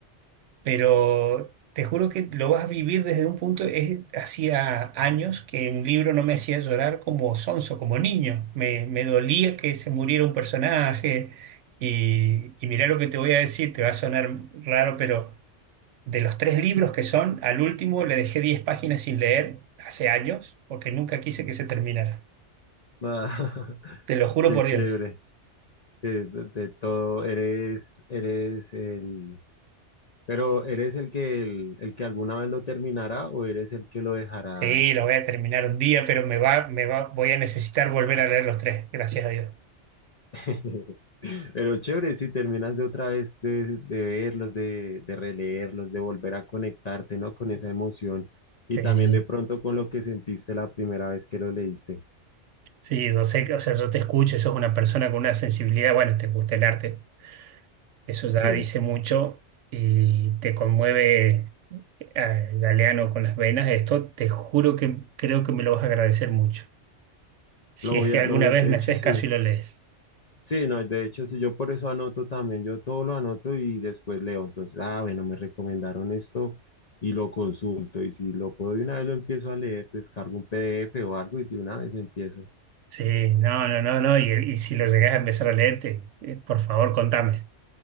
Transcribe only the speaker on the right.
pero te juro que lo vas a vivir desde un punto, es, hacía años que un libro no me hacía llorar como sonso, como niño. Me, me dolía que se muriera un personaje y, y mirá lo que te voy a decir, te va a sonar raro, pero de los tres libros que son, al último le dejé 10 páginas sin leer hace años porque nunca quise que se terminara.
Te lo juro
por
Dios.
Sí, lo voy a terminar un día, pero me va, me va, voy a necesitar volver a leer los tres, gracias a Dios.
Sí.
Sí, yo sé que, o sea, yo te escucho, sos una persona con una sensibilidad, bueno, te gusta el arte, eso
ya dice mucho y te conmueve al galeano con las venas, esto te juro que creo que me lo vas a agradecer mucho. Si
es
que
alguna
vez
me
haces
caso y lo lees.
Sí, no, no, no, no, y, y si lo llegás a empezar a leerte, eh, por favor, contame.